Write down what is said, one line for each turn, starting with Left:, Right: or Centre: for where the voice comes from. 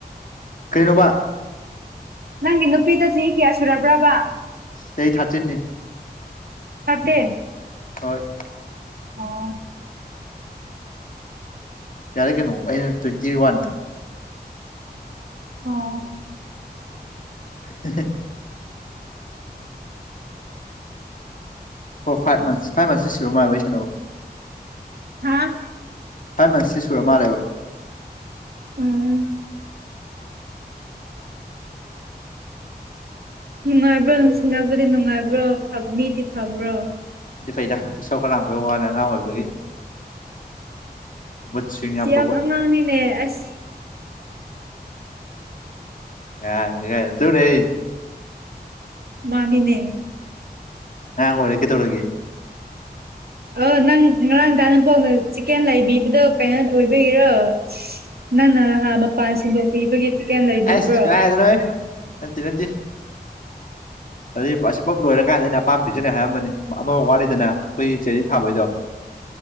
Left: ꯀꯩꯅꯣꯕ
Right: ꯅꯪꯒꯤ ꯅꯨꯄꯤꯗꯣ ꯆꯍꯤ ꯀꯌꯥ ꯁꯨꯔꯕ꯭ꯔꯕ
Left: ꯆꯍꯤ ꯊꯥꯔꯇꯤꯟꯅꯤ
Right: ꯊꯥꯔꯇꯤꯟꯅꯤ
Left: ꯍꯣꯏ
Right: ꯑꯣ
Left: ꯌꯥꯔꯦ ꯀꯩꯅꯣ ꯑꯩꯅ ꯇꯣꯏꯇꯤ ꯋꯥꯟ
Right: ꯑꯣ
Left: <unintelligible> ꯑꯣ ꯐꯥꯏꯚ ꯃꯟꯁ ꯐꯥꯏꯚ ꯃꯟꯁꯁꯤ ꯁꯨꯔ ꯃꯥꯥ ꯋꯔꯤ ꯁꯥꯟꯅꯕ
Right: ꯍꯥꯥ
Left: ꯐꯥꯏꯚ ꯃꯟꯁꯁꯤ ꯁꯨꯔ ꯃꯥꯜꯂꯦꯕ
Right: ꯎꯝ ꯅꯨꯡꯉꯥꯏꯕ꯭ꯔꯣ ꯅꯨꯡꯁꯤꯅꯕꯗꯤ ꯅꯨꯡꯉꯥꯏꯕ꯭ꯔꯣ ꯃꯤꯗꯤ ꯐꯕ꯭ꯔꯣ
Left: ꯏꯗꯤ ꯐꯩꯗ ꯏꯁꯥꯎ ꯈ ꯂꯥꯡꯕ ꯋꯥꯅꯦ ꯑꯉꯥꯡ ꯑꯣꯏꯕꯒꯤ ꯃꯨꯗ ꯁ꯭ꯋꯤꯡ
Right: ꯁꯤ
Left: ꯌꯥꯝ ꯇꯧꯕ
Right: ꯑꯉꯥꯡꯅꯤꯅꯦ ꯑꯁ
Left: ꯉꯥꯏꯅꯤ ꯀ ꯆꯅꯦ
Right: ꯃꯥꯅꯤꯅꯦ
Left: ꯉꯥꯡꯑꯣꯏꯔꯦ ꯀꯦ ꯇꯧꯔꯒꯦ
Right: ꯑ ꯅꯪ ꯉꯔꯥꯡꯗ ꯅꯄꯣꯛꯅ ꯆꯤꯛꯀꯦꯟ ꯂꯩꯕꯤꯕꯗꯣ ꯀꯩꯅꯣ ꯑꯣꯏꯕꯤꯒꯤꯔꯣ ꯅ ꯃꯄꯥꯟ ꯁꯤꯟꯗꯣꯛꯄꯤꯕꯒꯤ ꯆꯤꯛꯀꯦꯟ ꯂꯩꯕꯤꯕ꯭ꯔꯣ
Left: ꯑꯁ ꯀꯥꯏꯗ ꯅꯣꯍꯦ ꯅꯠꯇ ꯅꯠꯇ ꯑꯗꯨ ꯑꯁꯤ ꯄꯞ ꯂꯣꯏꯔꯀꯥꯟꯗ ꯑꯩꯅ ꯑꯄꯥꯝꯕ ꯄꯤꯖꯅꯤ ꯍꯥꯏꯔꯝꯕꯅꯤ ꯑꯃꯃ ꯋꯥꯠꯂꯤꯗꯅ ꯑꯩꯈꯣꯏꯒꯤ ꯆꯦꯔꯤ ꯊꯥꯕꯩꯗꯣ